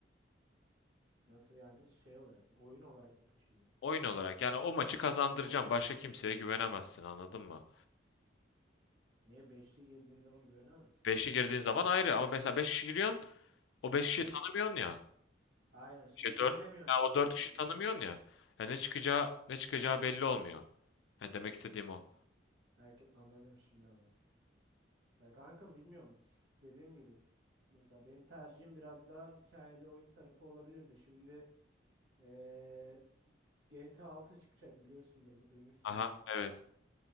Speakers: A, on the right; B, on the left.
A: Nasıl yani şey olarak mı? Oyun olarak mı taşıyacak?
B: Oyun olarak yani o maçı kazandıracağım. Başka kimseye güvenemezsin anladın mı?
A: Niye beşli girdiğin zaman güvenemez misin?
B: 5'i girdiğin zaman ayrı ama mesela 5 kişi giriyorsun o 5 kişiyi
A: Evet.
B: tanımıyorsun ya.
A: Aynen şimdi
B: şey
A: güvenemiyorsun.
B: dört ya o 4
A: Kimin
B: kişiyi tanımıyorsun
A: gibi?
B: ya. Ya ne çıkacağı ne çıkacağı belli olmuyor. Yani demek istediğim o.
A: Belki anladım şimdi anladım. Ya kanka bilmiyorum. S- Dediğim gibi mesela benim tercihim biraz daha hikayeli oyun tarafı olabilirdi. Şimdi eee GTA 6 çıkacak biliyorsundur, bu- duymuşsundur
B: Aha
A: büyük
B: evet.
A: ihtimal.